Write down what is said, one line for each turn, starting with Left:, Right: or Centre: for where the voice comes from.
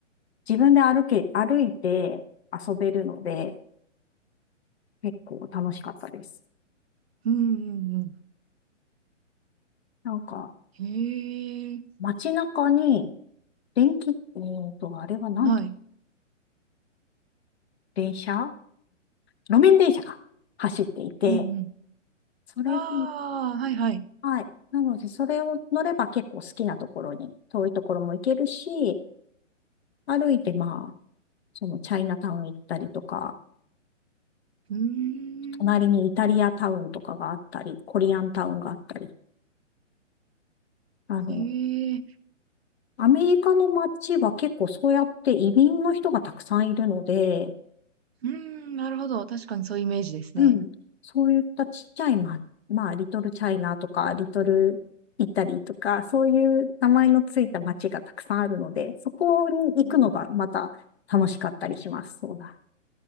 Left: 自分で歩け、歩いて遊べるので、結構楽しかったです。
Right: うんうん
Left: なんか、
Right: うん。へえ。
Left: 街中に、電気、えーと、あれはなんて、
Right: はい。
Left: 電車路面電車が走っていて、
Right: うんうん。
Left: それが
Right: ああ、はいはい。
Left: はい。なので、それを乗れば結構好きなところに、遠いところも行けるし、歩いてまあ、そのチャイナタウン行ったりとか、
Right: うーん。
Left: 隣にイタリアタウンとかがあったり、コリアンタウンがあったり、あの、
Right: へえ。
Left: アメリカの街は結構そうやって移民の人がたくさんいるので、
Right: うーん、なるほど。確かにそういうイメージですね。
Left: うん。そういったちっちゃい、ま、まあ、リトルチャイナとか、リトルイタリーとか、そういう名前のついた街がたくさんあるので、そこに行くのがまた楽しかったりします。
Right: うん
Left: そうだ。